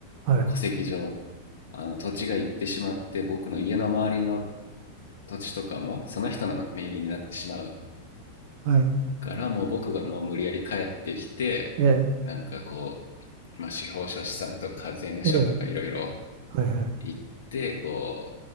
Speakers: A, on the right; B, on the left.
A: はい。
B: 戸籍上あの土地が行ってしまって僕の家の周りの土地とかもその人の名義になってしまう
A: はい。
B: からもう僕がもう無理やり帰ってきて
A: え
B: なんかこう、まあ、司法書士さんとか税務署とかいろいろ
A: え。ええ。はい。はい。
B: 行ってこう